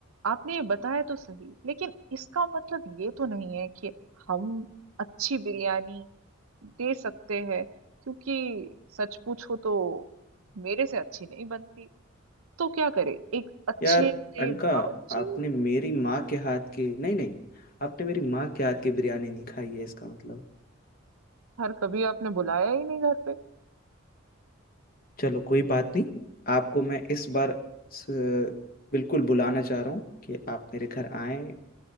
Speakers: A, on the right (about 80°); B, on the left (about 40°).
A: आपने ये बताया तो सही लेकिन इसका मतलब ये तो नहीं है कि हम अच्छी बिरयानी दे सकते हैं क्योंकि सच पूछो तो मेरे से अच्छी नहीं बनती तो क्या करे एक अच्छे
B: यार
A: से
B: अनका
A: बावर्ची
B: आपने मेरी माँ के हाथ की नहीं नहीं आपने मेरी माँ के हाथ की बिरयानी नहीं खाई है इसका मतलब
A: हर कभी आपने बुलाया ही नहीं घर पे
B: चलो कोई बात नहीं आपको मैं इस बार स- बिल्कुल बुलाना चाह रहा हूँ कि आप मेरे घर आएं